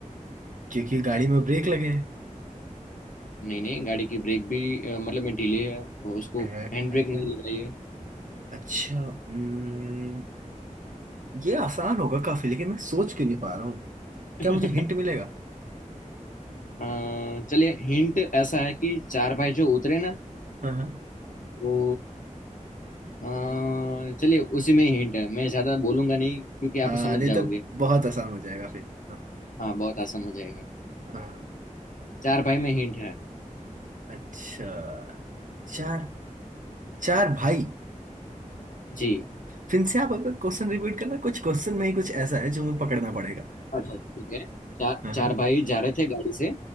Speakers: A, on the right; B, on the left.
A: क्योंकि गाड़ी में ब्रेक लगे हैं
B: नहीं नहीं गाड़ी की ब्रेक भी अ, मतलब मैं ढीले है और उसको
A: अरे,
B: हैंड
A: अच्छा
B: ब्रेक नहीं लग रही है
A: अच्छा हम्म, ये आसान होगा काफी लेकिन मैं सोच क्यों नहीं पा रहा हूँ
B: <laughs>
A: क्या मुझे हिंट मिलेगा
B: अ, चलिए हिंट ऐसा है कि चार भाई जो उतरे ना
A: हाँ हाँ
B: वो अ, चलिए उसी में ही हिंट है मैं ज्यादा बोलूंगा नहीं क्योंकि
A: हाँ
B: आप समझ
A: नहीं
B: जाओगे
A: तो बहुत आसान हो जाएगा फिर हाँ
B: हाँ बहुत आसान हो जाएगा
A: हाँ
B: चार भाई में हिंट है
A: अच्छा चार चार भाई
B: जी
A: फिर से आप अगर क्वेश्चन रिपीट करना कुछ क्वेश्चन में ही कुछ ऐसा है जो मैं पकड़ना पड़ेगा
B: अच्छा ठीक है चार
A: हाँ हाँ
B: चार भाई जा रहे थे गाड़ी से